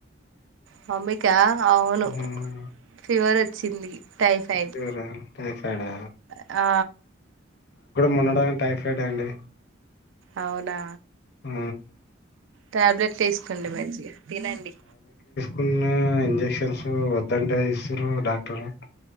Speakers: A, on the right; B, on the left.
A: మమ్మికా అవును,
B: మ్మ్
A: ఫీవర్ వచ్చింది టైపైడ్,
B: ఫీవరా టైఫాయిడా
A: క్ఆ
B: మొన్న డాకన్ టైఫైడ్ అండి
A: అవునా
B: ఆ
A: టాబ్లెట్లు తీసుకోండి మంచిగా తినండి.
B: కున్న ఇంజెక్షన్స్ వద్దంటే ఎస్సిరు డాక్టరు